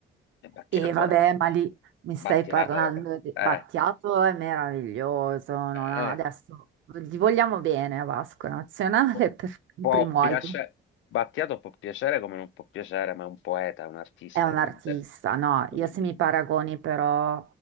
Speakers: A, on the left; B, on the right.
A: e Battiato
B: E vabbè,
A: era,
B: ma lì mi
A: Battiato
B: stai parlando
A: era,
B: di
A: eh,
B: Battiato, è meraviglioso. non
A: eh,
B: ha- Adesso gli vogliamo bene a Vasco Nazionale
A: può,
B: <laughs> per il
A: può
B: primo
A: piacere,
B: album.
A: Battiato può piacere come non può piacere, ma è un poeta, è un artista,
B: È un
A: è un,
B: artista, no?
A: un-
B: Io se mi paragoni però